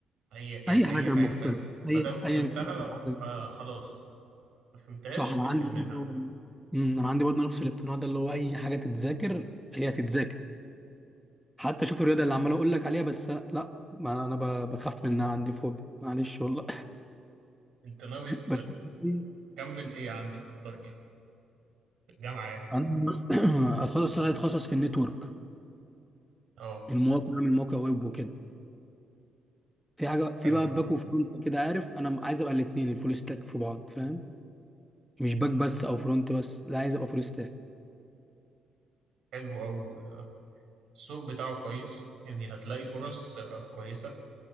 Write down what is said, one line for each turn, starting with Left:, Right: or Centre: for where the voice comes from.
Right: اي يعني
Centre: اي حاجه
Right: اي حاجة
Centre: مختلفه
Right: فاهم
Centre: اي
Right: ما دام فهمتها
Centre: ايا كانت الحاجة.
Right: فخلاص ما فهمتهاش
Centre: صح انا
Right: هتقفل
Centre: عندي
Right: منها
Centre: برضه أمم، انا عندي برضه نفس الاقتناع ده اللي هو اي حاجه تتذاكر هي هتتذاكر حتى شوف الرياضه اللي عمال اقول لك عليها بس لا ما انا ب- بخاف منها عندي فوبيا معلش والله <laughs>
Right: انت ناوي
Centre: بس كتير.
Right: تكمل ايه عندك تختار ايه الجامعة يعني
Centre: انا <clears throat> اتخصص اتخصص في النتورك
Right: اه
Centre: المواقع اعمل موقع ويب وكده في حاجه في
Right: حلو
Centre: بقى باك
Right: ده
Centre: وفرونت كده عارف انا عايز ابقى الاثنين الفول ستاك في بعض فاهم مش باك بس او فرونت بس لا عايز ابقى فول ستاك
Right: حلو أوي السوق بتاعه كويس يعني هتلاقي فرص آه، كويسة